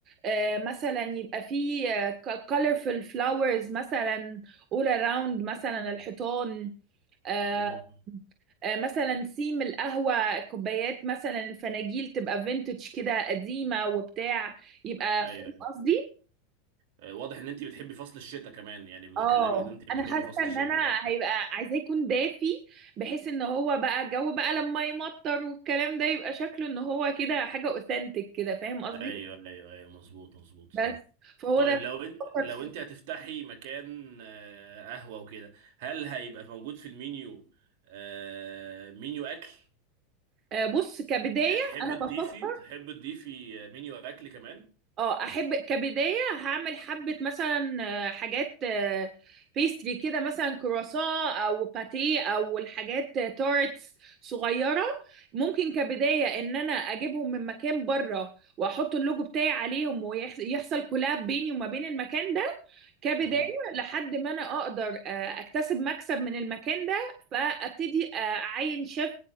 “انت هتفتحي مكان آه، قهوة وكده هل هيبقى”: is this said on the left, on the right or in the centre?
Right